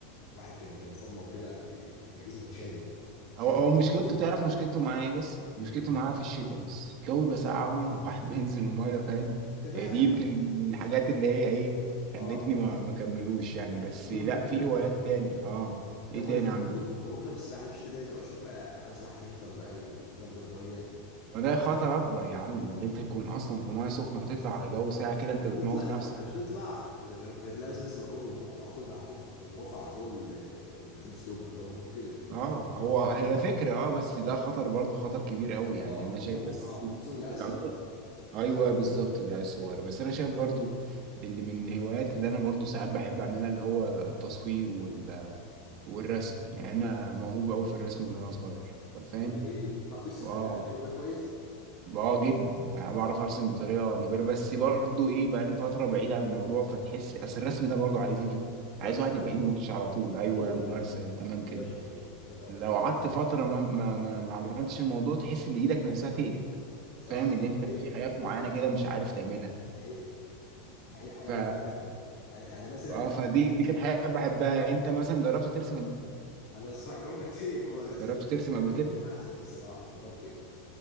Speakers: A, on the left (about 50°); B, on the right (about 45°).
A: واحد كان كان فورمه وكده في- فجسمه كان شادد شادد
B: هو هو مشكلته تعرف مشكلته معاه ايه بس
A: مم.
B: مشكلته معاه في الشتاء بس الجو بيبقى ساقع أوي وواحد بينزل المية فاهم
A: انت بقى
B: هي دي يمكن من الحاجات اللي هي ايه خلتني
A: اه
B: ما ما كملوش يعني
A: لا
B: بس
A: ممكن
B: لا
A: بقى
B: في
A: اه
B: هوايات تاني اه ايه
A: ده كنا
B: تاني
A: كنا
B: يا عم
A: المفروض كنا المفروض بقى في السباحه دي في الشتاء ديت تروح شوف بقى حمام سباحه فيه هيتر وبقى يظبط الميه
B: ما ده خطر اكبر يا عم اللي انت تكون اصلا في ميه سخنه وتطلع على جو ساقع
A: انت
B: كده انت بتموت
A: بتطلع لا
B: نفسك
A: ما انت مش هتطلع غير غير غير لابس مثلا الروب وم- وعلى طول على طول في في غرفه على طول آه، ب- بتلبس تومك فالمفروض كده
B: اه هو
A: تخش بارد
B: هي فكره اه بس ده خطر برضه خطر كبير قوي يعني
A: اه
B: انا شايف
A: ممكن
B: بس
A: اه خصوصا
B: <laughs>
A: العيال
B: الأنواع-
A: صغيره
B: ايوه بالظبط العيال الصغيره بس انا شايف برضه ان من الهوايات اللي انا برضه ساعات بحب اعملها اللي هو التصوير وال والرسم يعني انا موهوب قوي في الرسم من وانا صغير فاهم
A: جميل تعرف ترسم
B: اه
A: بقى حلو بقى كويس
B: اه جدا يعني بعرف ارسم بطريقه مبهره بس برضو ايه بقى لي فتره بعيد عن الموضوع فتحس اصل الرسم ده برضو عايز ايه
A: مرسم
B: عايز واحد يبقى ايده ماشيه على طول ايوه
A: ايوه
B: ممارسه تمام كده
A: باشا في ال- في الرسم على
B: لو
A: طول آه.
B: قعدت فتره ما ما ما, ما عملتش الموضوع تحس ان ايدك نفسها تقلق
A: صح
B: فاهم
A: صح
B: ان انت
A: حقيقي
B: في حاجات
A: حقيقي
B: معينه كده مش عارف تعملها
A: حقيقي حقيقي حقيقي
B: ف
A: والله فعلا يعني يعني مثلا
B: اه فدي دي كانت حاجه بحبها انت مثلا جربت ترسم قبل
A: انا الصراحه جربنا كتير موضوع الرسم
B: جربت
A: ده
B: ترسم
A: الرسم
B: قبل كده
A: مش جاي معايا سكه الصراحه جربت